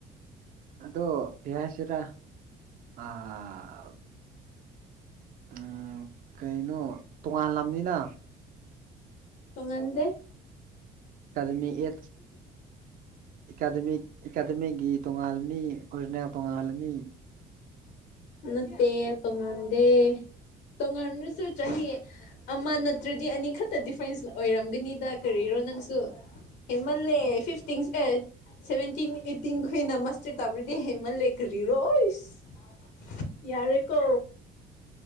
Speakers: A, on the right (about 55°); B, on the left (about 85°).
A: ꯑꯗꯣ ꯀꯔꯤ ꯍꯥꯏꯁꯤꯔ ꯑꯥ ꯎꯝ ꯀꯩꯅꯣ ꯇꯣꯉꯥꯟꯂꯝꯅꯤꯅ
B: ꯇꫭꯡꯉꯟꯗꯦ
A: ꯑꯦꯀꯥꯗꯃꯤ ꯑꯦꯠ ꯑꯦꯀꯥꯗꯃꯤꯛ ꯑꯦꯀꯥꯗꯃꯤꯛꯒꯤ ꯇꯣꯉꯥꯜꯂꯅꯤ ꯑꯣꯔꯤꯖꯅꯦꯜ ꯇꯣꯡꯉꯥꯜꯂꯅꯤ
B: ꯅꯠꯇ‌ꯦ ꯇꫭꯉꯥꯟꯗ‌ꯦ ꯇꫭꯡꯉꯥꯟꯔꯁꯨ ꯆꯥꯍꯤ ꯑꯃ ꯅꯠꯇ꯭ꯔꯗꯤ ꯑꯅꯤꯈꯛꯇ ꯗꯤꯐ꯭ꯔꯦꯟꯁ ꯑꯣꯏꯔꯝꯒꯅꯤꯗ ꯀꯔꯤꯔꯣ ꯅꯪꯁꯨ ꯍꯦꯃꯜꯂꯦ
A: ꯑ
B: ꯐꯤꯐꯇꯤꯟ ꯑ‌ꯦ ꯁꯚꯦꯟꯇꯤꯟ ꯑꯩꯠꯇꯤꯟ ꯈꫭꯏꯅ ꯃꯥꯁꯇꯔ ꯇꯩꯔꯗꯤ ꯍꯦꯃꯜꯂꯦ ꯀꯔꯤ ꯔꯣꯏꯁ ꯌꯥꯔꯦꯀꯣ